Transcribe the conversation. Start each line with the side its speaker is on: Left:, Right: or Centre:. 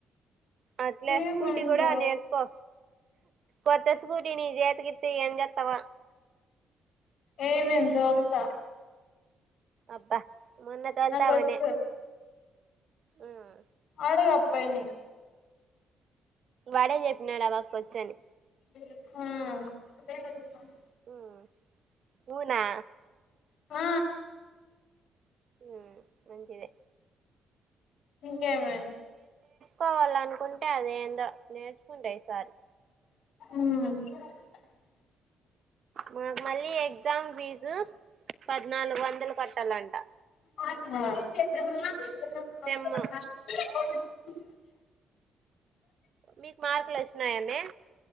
Right: అట్లే
Left: ఏముందో
Right: స్కూటీ కూడా నేర్చుకో కొత్త స్కూటీ నీ చేతికి ఇత్తే ఏం చెత్తవో
Left: ఏ నేను తొలత
Right: అబ్బా మొన్న తోలుతావనే
Left: నాకొచ్చు
Right: ఉమ్.
Left: ఆడుగా అప్పయిని
Right: వాడే చెప్పినాడు మాకు కూర్చొని
Left: <inaudible>
Right: ఉమ్ వునా
Left: ఆ
Right: ఉమ్ మంచిది
Left: ఇంకేమే
Right: కావాలనుకుంటే అదే ఏందో నేర్చుకుంటా ఈసారి
Left: <inaudible>
Right: మాకు మళ్ళీ ఎగ్జామ్ ఫీజు పద్నాలుగు వందలు కట్టాలంటా
Left: <inaudible>
Right: సెమ్ మీకు మార్కులు వచ్చినాయమే